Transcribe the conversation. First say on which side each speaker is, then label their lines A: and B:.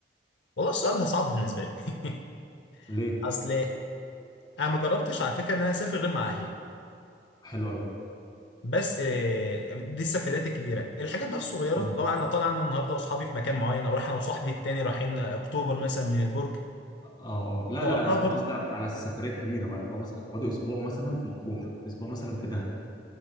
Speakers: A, on the left (about 80°); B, on the left (about 25°).
A: والله السؤال ده صعب بالنسبه لي <laughs>
B: ليه
A: اصل انا ما جربتش على فكره ان انا اسافر غير مع اهلي
B: حلو قوي
A: بس آه، دي السفريات الكبيره الحاجات بقى الصغيره
B: امم
A: لو انا طالع انا النهارده واصحابي في مكان معين او رايح انا وصاحبي التاني رايحين اكتوبر مثلا من البرج
B: اه اه لا
A: جربتها
B: لا انا
A: برضه
B: انا قصدي على السفريه الكبيره بقى اللي هو مثلا هتقعدوا اسبوع مثلا في مطروح اسبوع مثلا في دهب